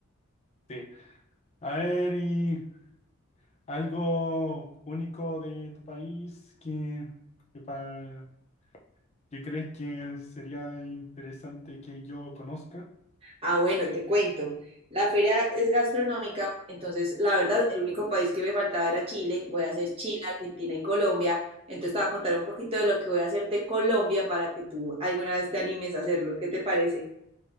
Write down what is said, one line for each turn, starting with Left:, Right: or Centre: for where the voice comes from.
Left: Sí. A ver, y... ¿Algo único de tu país que, que, pa- que crees que sería interesante que yo conozca?
Right: Ah, bueno, te cuento. La feria es gastronómica, entonces la verdad, el único país que me faltaba era Chile. Voy a hacer Chile, Argentina y Colombia. Entonces te voy a contar un poquito de lo que voy a hacer de Colombia para que tú alguna vez te animes a hacerlo. ¿Qué te parece?